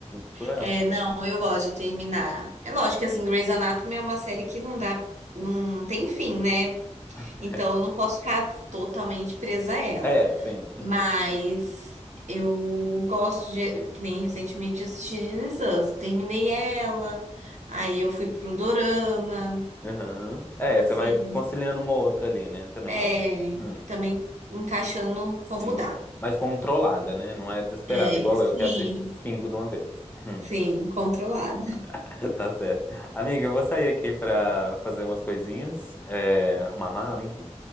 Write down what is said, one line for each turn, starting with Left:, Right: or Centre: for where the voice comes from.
Left: Surreal.
Right: É, não, eu gosto de terminar. É lógico que assim, Grey's Anatomy é uma série que não dá, não tem fim, né?
Left: <laughs>
Right: Então eu não posso ficar totalmente presa a ela.
Left: É, é, sim.
Right: Mas eu gosto de, que nem recentemente eu assisti This Is Us. Terminei ela, aí eu fui pro Dorama.
Left: <laughs> Aham. É,
Right: Então, Assim,
Left: você vai conciliando uma ou outra ali, né? Também,
Right: é,
Left: ó. Hum.
Right: também encaixando
Left: Sim,
Right: como dá.
Left: mas controlada, né? Não é desesperada,
Right: É,
Left: igual
Right: sim,
Left: eu que assiste cinco de uma vez. Hum,
Right: sim, controlado.
Left: <laughs> Tá certo. Amiga, eu vou sair aqui pra fazer umas coisinhas, é, arrumar mala, enfim.